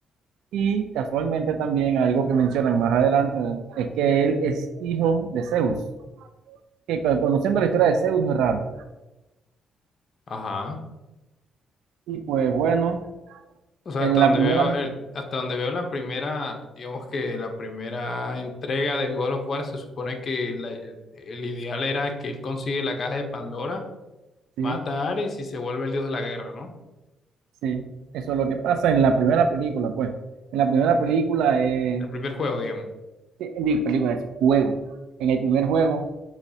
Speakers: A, on the right; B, on the left.
A: Y casualmente también algo que mencionan más adelante es que él es hijo de Zeus, que conociendo la historia de Zeus no es raro.
B: Ajá.
A: Y pues bueno,
B: O sea,
A: en
B: hasta
A: la
B: donde
A: primera,
B: veo el, hasta donde veo la primera, digamos que la primera entrega de God of War, se supone que la- el, el ideal era que él consigue la caja de Pandora,
A: sí,
B: mata a Ares y se vuelve el dios de la guerra, ¿no?
A: sí, eso es lo que pasa en la primera película, pues. En la primera película, eh,
B: El primer juego, digamos.
A: sí, digo, película, eso, juego. En el primer juego